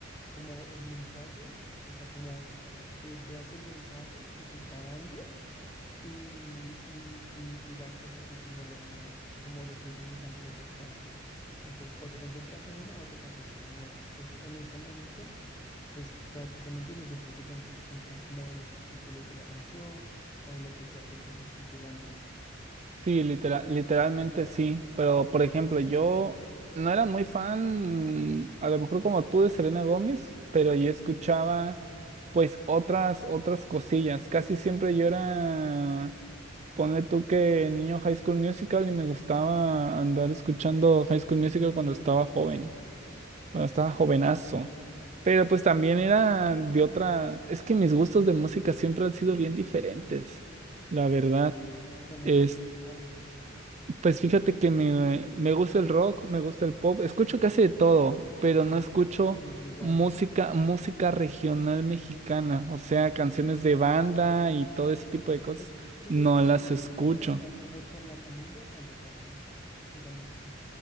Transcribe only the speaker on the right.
Sí, litera- literalmente sí, pero por ejemplo, yo no era muy fan, mm, a lo mejor como tú de Selena Gómez, pero yo escuchaba pues otras, otras cosillas. Casi siempre yo era, ponle tú que niño High School Musical y me gustaba andar escuchando High School Musical cuando estaba joven. cuando
estaba jovenazo. Pero pues también era de otra, es que mis gustos de música siempre han sido bien diferentes, la verdad.
Es,
pues fíjate que me, me gusta el rock, me gusta el pop, escucho casi de todo, pero
no escucho
música, música regional mexicana, o sea, canciones
de banda y todo ese tipo de cosas,
no
las
escucho.